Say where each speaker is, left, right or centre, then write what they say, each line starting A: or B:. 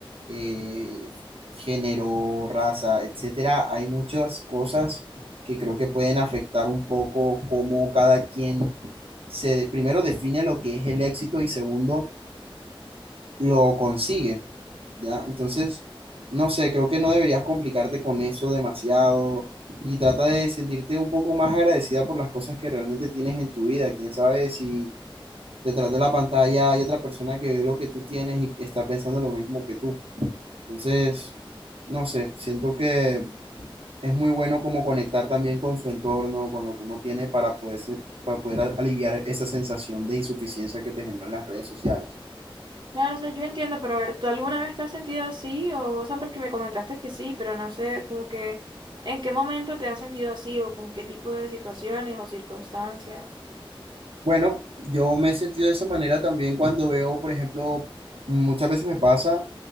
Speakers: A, on the right; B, on the right.
A: eh, género, raza, etcétera. Hay muchas cosas que creo que pueden afectar un poco cómo cada quien se de- primero define lo que es el éxito y segundo lo consigue, ¿ya? Entonces, no sé, creo que no deberías complicarte con eso demasiado y trata de sentirte un poco más agradecida por las cosas que realmente tienes en tu vida. Quién sabe si detrás de la pantalla hay otra persona que ve lo que tú tienes y está pensando lo mismo que tú. Entonces, no sé, siento que es muy bueno como conectar también con su entorno, con lo que uno tiene para poder, se- para poder a- aliviar esa sensación de insuficiencia que te generan las redes sociales.
B: Claro, o sea, yo entiendo, pero a ver, ¿tú alguna vez te has sentido así? O, o sea, porque me comentaste que sí, pero no sé, como que, ¿en qué momento te has sentido así o con qué tipo de situaciones o circunstancias?
A: Bueno, yo me he sentido de esa manera también cuando veo, por ejemplo, muchas veces me pasa,